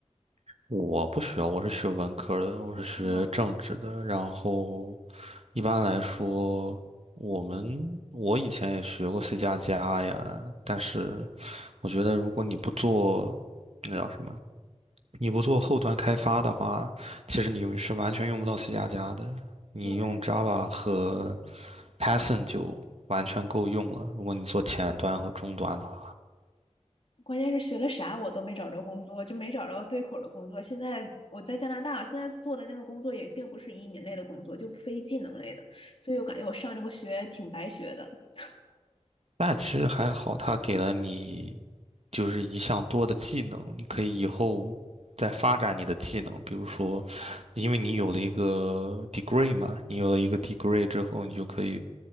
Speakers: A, on the right; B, on the left.
A: 我不需要，我是学文科的，我是学政治的。
B: 哦，
A: 然后，一般来说，我们我以前也学过 C 加加呀，但是我觉得如果你不做那叫什么，你不做后端开发的话，其实你是完全用不到 C 加加的。你用
B: 对，
A: Java 和 Python 就完全够用了。如果你做前端和终端的话。
B: 关键是学了啥我都没找着工作，就没找着对口的工作。现在我在加拿大，现在做的那个工作也并不是移民类的工作，就非技能类的，所以我感觉我上这个学挺白学的。<laughs>
A: 但其实还好，他给了你就是一项多的技能，你可以以后再发展你的技能。比如说，因为你有了一个 degree 嘛，你有了一个 degree 之后，你就可以